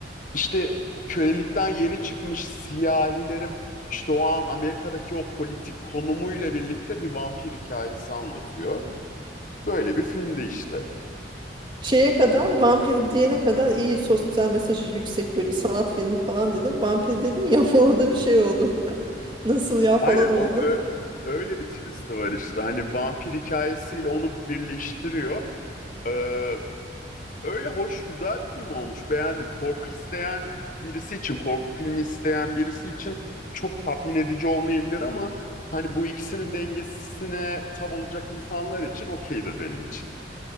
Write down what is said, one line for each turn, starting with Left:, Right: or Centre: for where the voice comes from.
Left: İşte kölelikten yeni çıkmış siyahilerin işte o an Amerika'daki o politik konumuyla birlikte bir vampir hikayesi anlatıyor. Böyle bir filmdi işte.
Right: Şeye kadar vampir diyene kadar iyi sosyal mesajı yüksek böyle sanat filmi falan dedim. Vampir dedin ya <laughs> orada bir şey oldum. <laughs> Nasıl ya
Left: Aynen
Right: falan oldum.
Left: o ö- öyle bir twist'i var işte. Hani vampir hikayesiyle onu birleştiriyor. Ee, Öyle hoş, güzel bir film olmuş. Beğendim. Korku isteyen birisi için, korku filmi isteyen birisi için çok tatmin edici olmayabilir ama hani bu ikisinin dengesine tav olacak insanlar için okeydir benim için.